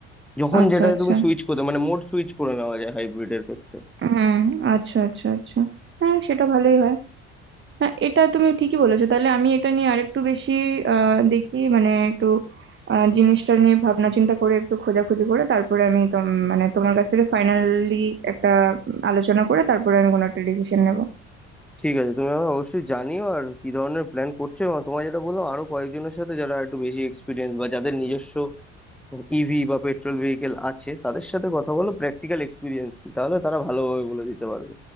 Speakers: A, in the centre; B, on the right.
A: যখন
B: আচ্ছা
A: যেটা
B: আচ্ছা
A: তুমি সুইচ করতে মানে মোড সুইচ করে নেওয়া যায় হাইব্রিডের ক্ষেত্রে
B: হুম আচ্ছা আচ্ছা আচ্ছা হ্যাঁ সেটা ভালোই হয় হ্যাঁ এটা তুমি ঠিকই বলেছো তাহলে আমি এটা নিয়ে আরেকটু বেশি আহ দেখি মানে একটু আহ, জিনিসটা নিয়ে ভাবনা চিন্তা করে একটু খোঁজাখুঁজি করে তারপরে আমি তোম- মানে তোমার কাছ থেকে ফাইনালি একটা উম, আলোচনা করে তারপরে আমি কোনো একটা ডিসিশন নেব
A: ঠিক আছে তুমি আমাকে অবশ্যই জানিও আর কি ধরনের প্ল্যান করছো এবং তোমার যেটা বললাম আরো কয়েকজনের সাথে যারা একটু বেশি এক্সপিরিয়েন্স বা যাদের নিজস্ব ইভি বা পেট্রোল ভেহিকেল আছে তাদের সাথে কথা বলো প্র্যাকটিক্যাল এক্সপিরিয়েন্স কি তাহলে তারা ভালোভাবে বলে দিতে পারবে